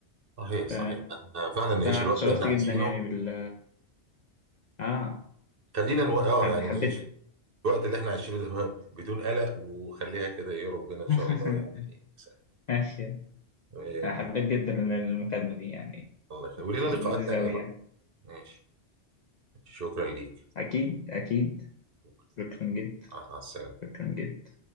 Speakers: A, on the right; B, on the left.
A: صحيح صحيح
B: ف...
A: احنا فعلا نعيش
B: فأنا
A: الوقت
B: اتشرفت
A: اللي احنا
B: جدا
A: عايشينه
B: يعني بال آه
A: خلينا نو... اه
B: حب...
A: يعني
B: حبيت
A: نعيش الوقت اللي احنا عايشينه ده <laughs> بدون قلق وخليها كده ايه ربنا ان
B: <laughs>
A: شاء الله يعني يسهل.
B: ماشي
A: إيه،
B: آه، حبيت جدا المكالمة دي يعني
A: الله يخليك ولينا لقاءات
B: لذيذة
A: تانية
B: أوي
A: بقى
B: يعني
A: ماشي شكرا ليك
B: أكيد أكيد
A: شكرا
B: شكرا جدا
A: مع مع السلامة
B: شكرا جدا